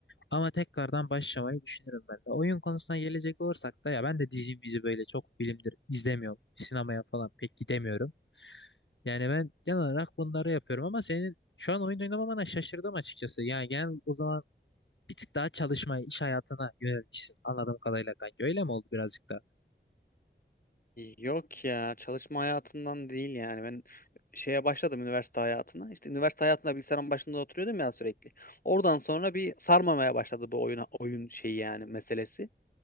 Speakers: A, on the left; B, on the left.
A: Ama tekrardan başlamayı düşünürüm ben de. Oyun konusuna gelecek olursak da ya ben de dizi mizi böyle çok bilimdir izlemiyorum. Sinemaya falan pek gidemiyorum. Yani ben genel olarak bunları yapıyorum ama senin şu an oyun oynamamana şaşırdım açıkçası. Yani genel o zaman bir tık daha çalışmaya, iş hayatına yönelmişsin anladığım kadarıyla kanka. Öyle mi oldu birazcık da?
B: Yok ya çalışma hayatından değil yani ben şeye başladım üniversite hayatına işte üniversite hayatında bilgisayarın başında oturuyordum ya sürekli oradan sonra bir sarmamaya başladı bu oyuna oyun şeyi yani meselesi